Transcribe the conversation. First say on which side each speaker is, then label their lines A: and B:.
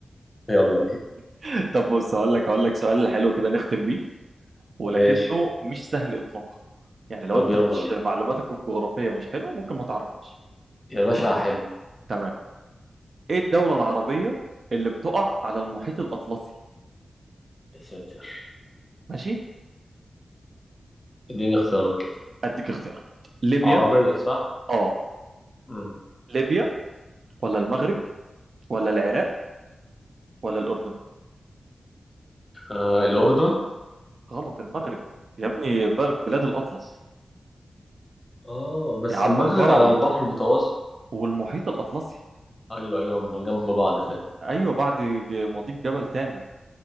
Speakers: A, on the left; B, on the right.
A: يلا بينا
B: <laughs> طب بص هقول لك هقول لك سؤال حلو كده نختم بيه ولكنه
A: ماشي
B: مش سهل إطلاقا يعني لو
A: طب
B: أنت
A: يلا
B: مش
A: بينا
B: معلوماتك الجغرافية مش حلوة ممكن ما تعرفش
A: يا باشا حلو
B: تمام إيه الدولة العربية اللي بتقع على المحيط الأطلسي
A: يا ساتر
B: ماشي
A: اديني اختيارات كده
B: أديك اختيارات ليبيا
A: عربيه صح
B: آه
A: امم
B: ليبيا ولا المغرب ولا العراق ولا الأردن
A: آه الاردن
B: غلط المغرب يا ابني بل- بلاد الأطلس
A: اه بس
B: يا عم
A: المغرب
B: الكروي
A: على البحر المتوسط
B: والمحيط الأطلسي
A: ايوه ايوه هما جنب بعض فعلا
B: أيوة بعد ج- مضيق جبل تامر